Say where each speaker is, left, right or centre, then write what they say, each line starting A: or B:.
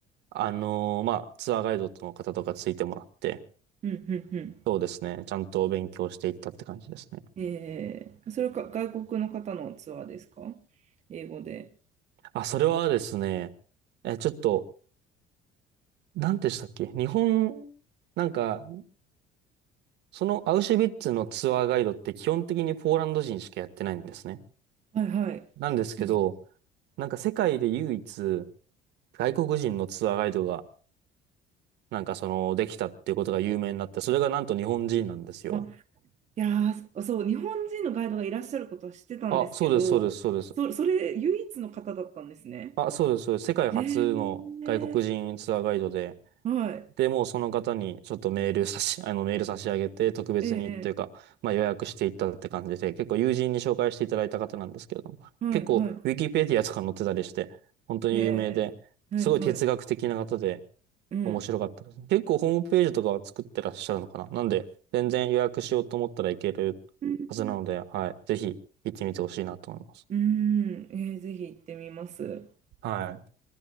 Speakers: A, on the right; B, on the right.
A: あのーまあ、ツアーガイドの方とかついてもらって、
B: うんうんう
A: そうですね。ちゃんと勉強していったって感じですね。
B: ん。えー、それはか外国の方のツアーですか英語で。
A: あ、それはですね、え、ちょっと、何でしたっけ日本、なんか、そのアウシュビッツのツアーガイドって基本的にポーランド人しかやってないんですね。
B: はいはい。
A: なんですけど、
B: そうなんです
A: なんか世界で唯一外国人のツアーガイドがなんかその、できたっていうことが有名になって、それがなんと日本人なんですよ。
B: あ、いやー、そう、日本人のガイドがいらっしゃることは知ってたんですけど、
A: あ、そうです、そうです、そうです。
B: そ、それ唯一の方だったんですね。
A: あ、そうです、そうです。世界初の外国人ツアーガイドで、
B: えー、はい。
A: で、もうその方にちょっとメール差し、あの、メール差し上げて、特別にっていうか、
B: ええ
A: まあ予約していったって感じで、結構友人に紹介していただいた方なんですけれども、
B: はいは
A: 結構、ウィキペディアとか載ってたりして、本当に有名で、
B: い。ええはいはい。
A: すごい哲学的な方で、
B: うん。
A: 面白かったですね。結構ホームページとかは作ってらっしゃるのかななんで、全然予約しようと思ったらいけるはずなので、
B: うんうん
A: はい。ぜひ行ってみてほしいなと思います。
B: うーん、えーぜひ行ってみます。
A: はい。